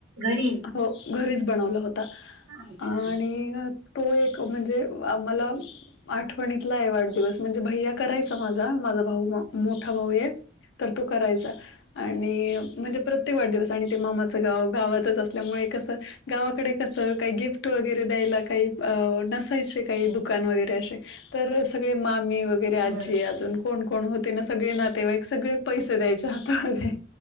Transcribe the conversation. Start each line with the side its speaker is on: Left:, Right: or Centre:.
Right: घरी
Left: हो घरीच बनवला होत त
Right: अच्छा
Left: आणि तो एक म्हणजे आ मला आठवणीतला आहे वाढदिवस म्हणजे भैया करायचा माझा माझा भाऊ म मोठा भाऊ आहे. तर तो करायचा. आणि म्हणजे प्रत्येक वाढदिवस आणि ते मामाचं गाव गावातच असल्यामुळे कसं गावाकडे कसं काही गिफ्ट वगैरे द्यायला काही अ नसायचे काही दुकान वगैरे अशे तर सगळे मामी व गेरे आजी
Right: बरं
Left: अजून कोण कोण होते ना सगळे नातेवायक सगळे पैसे द्यायचे हाताले.